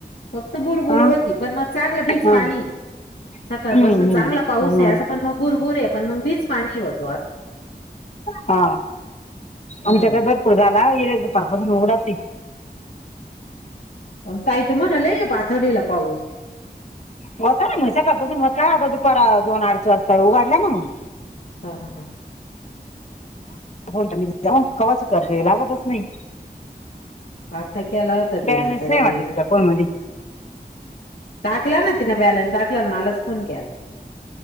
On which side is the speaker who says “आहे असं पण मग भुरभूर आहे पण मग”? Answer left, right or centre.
Left